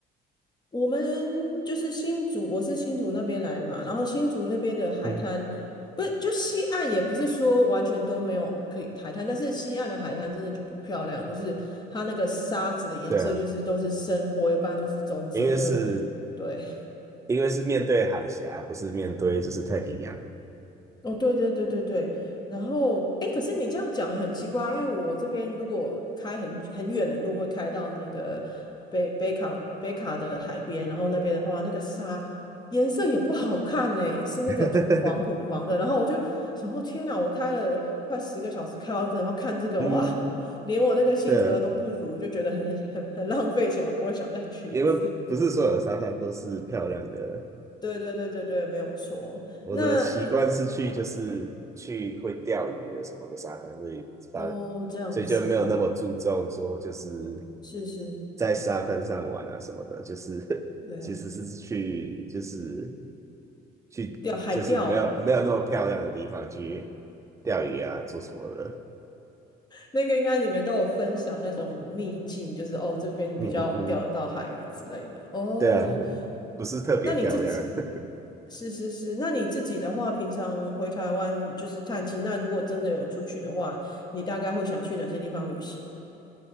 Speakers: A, on the left; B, on the right.
A: 我们就是新竹，我是新竹那边来的嘛，然后新竹那边的海滩，
B: 嗯，
A: 不是就西岸也不是说完全都没有可以海滩，但是西岸的海滩真的就不漂亮，就是它那个沙子的颜色就是都是深灰吧，
B: <laughs> 对啊，
A: 不然就是棕色，
B: 因为是
A: 就对。
B: 因为是面对海峡，不是面对就是太平洋。
A: 哦，对对对对对，然后哎，可是你这样讲也很奇怪，因为我这边如果开很很远的路，会开到那个北北卡北卡的海边，然后那边的话，那个沙颜色也不好看呢，是那个土黄土黄的。
B: <laughs>
A: 然后我就想说，天哪，我开了快十个小时开到这，然后看这个，
B: 嗯，
A: 哇，连我那个新竹的都不如，
B: 对啊，
A: 就觉得很 <laughs> 很很浪费钱，我不会想再去一次。
B: 因为不不是所有的沙滩都是漂亮的。
A: <laughs> 对对对对对，没有错。
B: 我的习惯是去就是去会钓鱼的什么的沙滩，
A: 那那
B: 所以把
A: 哦，这样子吼，
B: 所以就没有那么注重说就是
A: 是是。
B: 在沙滩上玩啊什么的，就是 <laughs>
A: 对啊，
B: 其实是去就是去就是没有没有那么漂亮的地方去钓鱼啊做什么的。
A: 钓海钓哦，那个应该你们都有分享那种秘境，就是哦这边比较钓得到海鱼之类的哦。
B: 嗯嗯嗯，对啊，<laughs> 不是特别漂亮。
A: 那你自己
B: <laughs>
A: 是是是，那你自己的话，平常回台湾就是探亲，那如果真的有出去的话，你大概会想去哪些地方旅行？